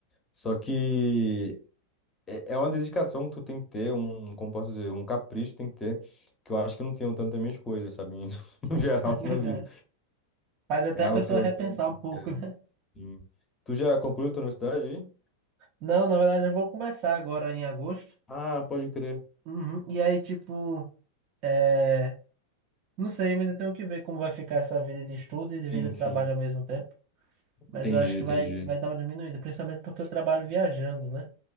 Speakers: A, on the left; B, on the right.
A: Só que é, é uma dedicação que tu tem que ter, um, como posso dizer, um capricho tem que ter, que eu acho que eu não tenho tanto das minhas coisas, sabe? Em- <laughs> No geral,
B: É
A: assim,
B: verdade.
A: na vida.
B: Faz até
A: É algo
B: a pessoa
A: que eu,
B: repensar
A: que eu
B: um pouco,
A: quero.
B: né?
A: Sim. Tu já concluiu tua universidade aí?
B: Não, na verdade, eu vou começar agora em agosto.
A: Ah, pode crer.
B: Uhum. E aí, tipo, é, não sei, eu ainda tenho que ver como vai ficar essa vida de estudo e de
A: Sim,
B: vida de
A: sim.
B: trabalho ao mesmo tempo.
A: Entendi,
B: Mas eu acho que
A: entendi.
B: vai, vai dar uma diminuída, principalmente porque eu trabalho viajando, né?